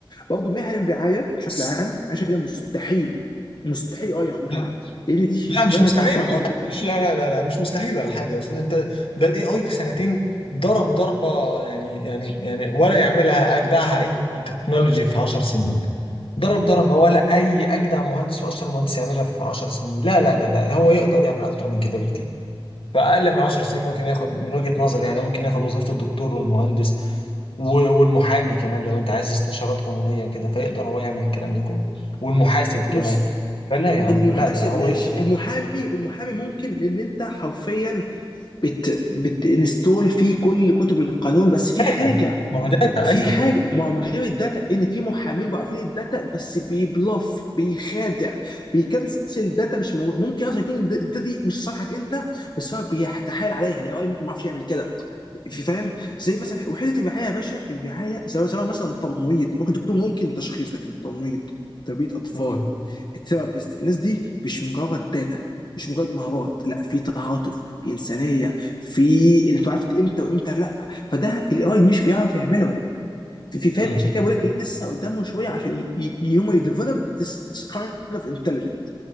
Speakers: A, on the left; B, on the left.
A: برضه مهن الرعايه بشكل
B: بص
A: عام انا شايف ان هي مستحيل مستحيل اي ياخد مكانها
B: لا
A: لان دي شغلانه
B: لا مش مستحيل
A: فيها تعاطف
B: ولا حاجه لا لا لا لا مش مستحيل ولا حاجه اصل انت ده الاي اي في سنتين ضرب ضربه يعني يعني يعني ولا يعملها اجدعها اي تكنولوجي في 10 سنين ضرب ضربه ولا اي اجدع مهندس واشطر مهندس يعملها في 10 سنين لا لا لا لا هو يقدر يعمل اكتر من كده بكتير فأقل من 10 سنين ممكن ياخد من وجهة نظري يعني ممكن ياخد وظيفة الدكتور والمهندس و- والمحامي كمان لو أنت عايز استشارات قانونية وكده فيقدر هو يعمل الكلام ده كله والمحاسب كمان
A: بص
B: فلا يا عم
A: المحاسب
B: لا لا هو
A: ماشي
B: يقدر يعمل
A: المحامي المحامي ممكن ان انت حرفيا بت بتنستول فيه كل كتب القانون بس في حاجه
B: داتا ما هو داتا
A: في
B: أيوه
A: حاجه ما هو من غير الداتا ان في محامين واقفين الداتا بس بيبلف بيخادع بيكنسل داتا مش مو... ممكن اصلا يكون الد- الداتا دي مش صالحك انت بس هو بيتحايل عليها الاي اي ممكن ما يعرفش يعمل كده في- فاهم زي مثلا وحده الرعايه يا باشا الرعايه سواء سواء مثلا تمريض ممكن دكتور ممكن تشخيص لكن تمريض تربيه اطفال
B: مم.
A: الثيرابيست الناس دي مش مجرد داتا مش مجرد مهارات لا في تعاطف في انسانيه في انك عرفت امتى وامتى لا فده الاي اي مش بيعرف يعمله في في فاهم
B: مم.
A: عشان كده بقول لك لسه قدامه شويه عشان يوم يديفلوب ذس كايند اوف انتليجنت